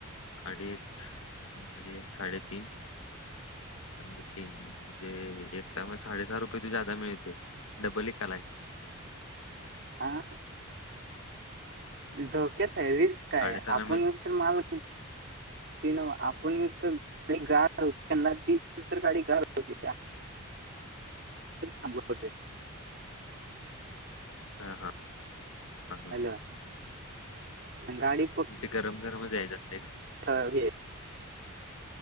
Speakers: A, on the left (about 70°); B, on the right (about 50°).
A: अडीच ह् आणि साडेतीन आणि तीन म्हणजे एका म साडेसहा रुपये त जादा मिळतस दडबली कालय
B: आा धोक्याच आहे रिस्क काय
A: साडेसहाला
B: आपण
A: मिळ
B: न तर मल त न कोणीत गार हो त्यांना ती दुस गाडी गार होती थांबवतोय.
A: हां हां हां हां
B: हॅलो गाडी
A: ते गरम गरमच यायचं असते का
B: ह हे